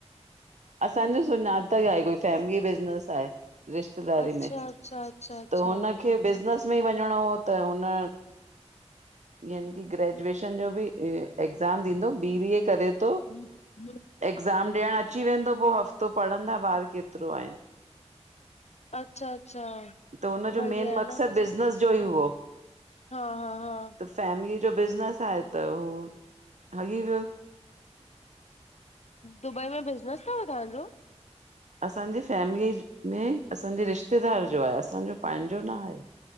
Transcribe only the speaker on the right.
असांजो सुञातल आहे, कोई फैमिली बिज़नेस आहे। रिश्तेदारी
में,
त हुनखे बिज़नेस में ई वञणो हो, त हुन यानी की ग्रेजुएशन जो बि एक्ज़ाम ॾीदो, बी बी ए करे तो।
एग्ज़ाम ॾियणु अची वेंदो, पोइ हफ़्तो पढ़ंदा ॿारि केतिरो आहिन?
त हुन
जो मेन
मक़सदु,
बिज़नस जो ई हुओ।
त फैमिली जो बिज़नेस आहे, त हू हली वियो।
असांजी फैमिली में असांजे रिश्तेदार जो आहे, असांजो पहिंजो न आहे।